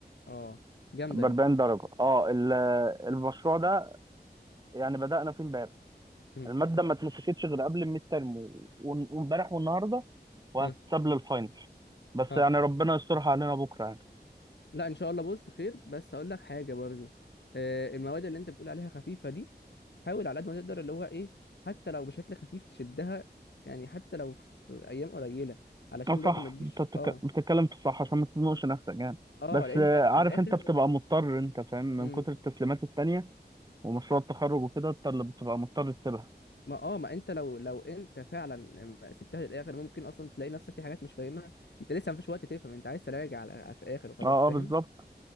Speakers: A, on the left; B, on the right.
A: أه جامدة
B: ب
A: دي
B: 40 درجة اه ال- المشروع ده يعني بدأنا فيه امبارح
A: مم.
B: المادة ما اتمسكتش غير قبل الميد ترم و- و- وامبارح والنهاردة وهتتساب
A: مم.
B: للفاينل بس
A: أه
B: يعني ربنا يسترها علينا بكرة يعني
A: لا ان شاء الله بص خير بس اقول لك حاجه برضو آه، المواد اللي انت بتقول عليها خفيفه دي حاول على قد ما تقدر اللي هو ايه حتى لو بشكل خفيف تشدها يعني حتى لو في ايام قليله علشان
B: اه
A: برضو
B: صح
A: ما تجيش
B: انت بتك-
A: اه
B: بتتكلم في الصح عشان ما تزنقش نفسك يعني
A: اه
B: بس
A: لان
B: آه،
A: في,
B: عارف
A: في الاخر
B: انت بتبقى مضطر انت فاهم من
A: امم
B: كتر التسليمات التانية ومشروع التخرج وكده انت اللي بتبقى مضطر تسيبها
A: ما اه ما انت لو لو انت فعلا ما سبتها للاخر ممكن اصلا تلاقي نفسك في حاجات مش فاهمها انت لسه مفيش وقت تفهم انت عايز تراجع على على في الاخر وخلاص
B: اه
A: فاهم
B: اه بالظبط